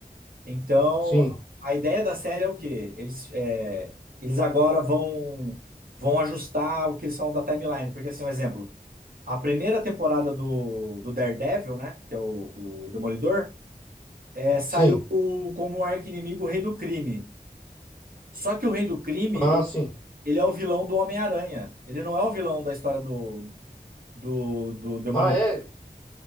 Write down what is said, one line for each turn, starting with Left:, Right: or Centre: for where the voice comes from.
Right: Então,
Left: sim,
Right: a ideia da série é o quê? Eles, é, eles agora vão, vão ajustar o que eles falam da timeline. Porque, assim, um exemplo, a primeira temporada do, do Daredevil, né? Que é o, o Demolidor, é, saiu
Left: sim,
Right: o- como arqui-inimigo o Rei do Crime. Só que o Rei do Crime, e-
Left: ah, sim.
Right: ele é o vilão do Homem-Aranha. Ele não é o vilão da história do, do, do Demolidor.
Left: Ah, é?